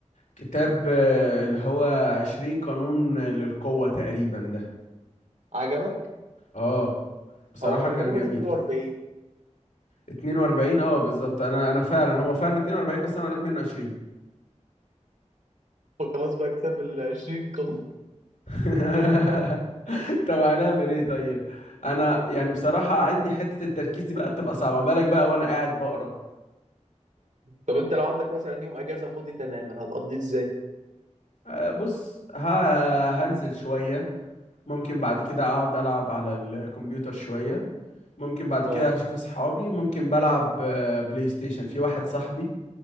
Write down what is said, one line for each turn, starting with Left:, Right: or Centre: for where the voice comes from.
Left: كتاب آه، اللي هو عشرين قانون للقوة تقريبا ده
Right: عجبك
Left: اه بصراحة
Right: او كان
Left: كان
Right: غالبا
Left: جميل
Right: 42
Left: 42 اه بالظبط انا انا فعلا هو فعلا 42 بس انا قريت منه 20
Right: <laughs> خلاص بقى كتاب ال 20 قلب
Left: <laughs>
Right: <laughs> اكيد لا
Left: طب هنعمل ايه طيب انا يعني بصراحة عندي حتة التركيز دي بقى بتبقى صعبة ما بالك بقى وانا قاعد بقرا
Right: طب انت لو عندك مثلا يوم اجازه فاضي تماما هتقضيه ازاي
Left: آه، بص ه- هنزل شوية ممكن بعد كده اقعد العب على الكمبيوتر شوية ممكن بعد
Right: اه
Left: كده اشوف اصحابي وممكن بلعب آه، بلاي ستيشن في واحد صاحبي